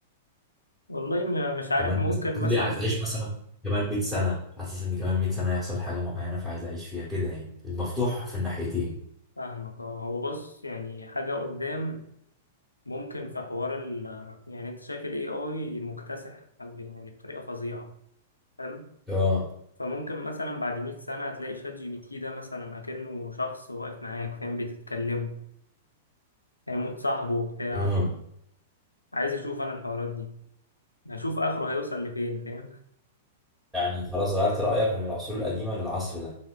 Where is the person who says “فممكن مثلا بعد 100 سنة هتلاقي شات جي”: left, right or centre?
Left